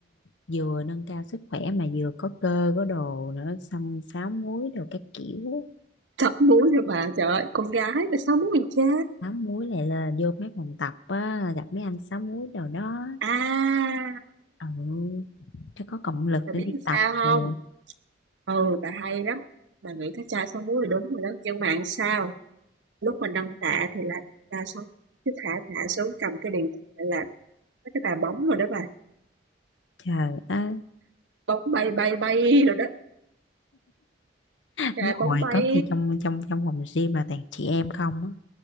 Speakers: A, on the left (about 80°); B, on the right (about 80°).
A: vừa nâng cao sức khỏe mà vừa có cơ có đồ nữa xong sáu múi đồ các kiểu
B: thật mũi rồi bà trời ơi con gái mà sao muốn mình chế
A: sáu múi lại là vô mấy phòng tập á gặp mấy anh sáu múi đồ đó
B: à
A: ừ cho có động lực
B: bà
A: để
B: biết
A: đi
B: làm
A: tập
B: sao không
A: đồ
B: ừ bà hay lắm bà nghĩ thấy cha sáu múi là đúng rồi đó nhưng mà làm sao lúc mà nâng tạ thì là ta xuống cứ thả tạ xuống cầm cái điện thoại là mấy cái tạ bóng rồi đó bà
A: trời ơi
B: bóng bay bay bay rồi đó tạ
A: Đúng hồi
B: bóng bay
A: có khi trong trong trong phòng gym là toàn chị em không á